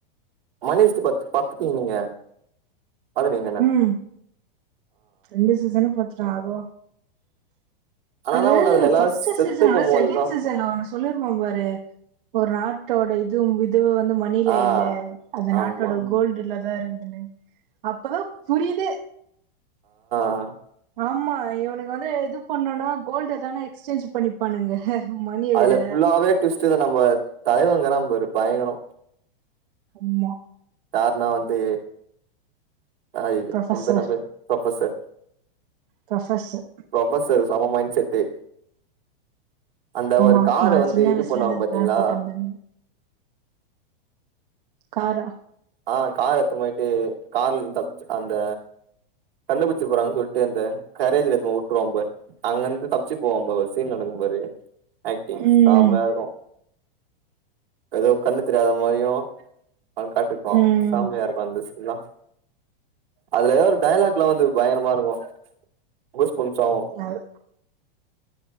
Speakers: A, on the right; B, on the right.
A: மணிஷ்டு பத்து பத்துடி நீங்க பாத்துட்டீங்தன
B: ம் ரெண்டு சீசனு பாத்துட்டே அதுவு
A: ஆனா
B: அது
A: என்ன ஒண்ணு அதுல எல்லாரு
B: ஃபஸ்ட்
A: செத்து
B: சீசன
A: போம்போதுதா
B: விட செகண்ட் சீசன்ல ஒனு சொல்லிருப்பா பாரு ஒரு நாட்டோட இதுவு இ இதுவு வந்து மணில
A: ஆ
B: இல்ல அந்த
A: ஆமா
B: நாட்டோட கோல்டுலதா இருக்கு இன்னு அப்பதா புரியிது
A: அ
B: ஆம்மா இவனுங்க வந்து இது பண்ணணு கோல்டு எதானா எக்ஸ்சேஞ்ச் பண்ணிப்பானுங்க மணிய
A: அதுல
B: விட
A: புல்லாவே டுவிஸ்டதா நம்ப தலைவங்கறாம் பரு பயங்கரோ
B: அம்மா
A: கார்ணோ வந்து ஆய்யயோ
B: ப்ரொஃபசர்
A: அவ பேரு என்ன பேரு ப்ரொஃபசர்
B: ப்ரொஃபசர்
A: ப்ரொஃபசர் சம மைண் செட்டு அந்த
B: ஆமா
A: ஒரு கார
B: நா
A: வந்து
B: சின்ன
A: இது
B: வயசுல
A: பண்ணுவாங்
B: இருந்து
A: பாத்தீங்களா
B: பிளான் போட்டிருந்தேன் காரா
A: ஆஹ் கார் எத்துன் போயி ட்டு கார்லந் தப்ச்சு அந்த கண்ணு குத்தீர போறாங்கன் சொல்ட்டு அந்த கரேஜ்ல எத் போ உட்ருவாம் பாரு அங்கந்து தப்ச்சு போவா பா ஒரு சீன் நடக்கும் பாரு ஏக்டிங்
B: ம்
A: செமயாருக்கூ எதோ கண்ணு தெரியாத மாரியு அவ காட்ருப்பா
B: ம்
A: செம்மையா இருக்கு அந்த சீ இதா அதுல ஒரு டையலாக்லா வந்து பயங்கரமா இருக்கு புஸ் பும் சாவு
B: அது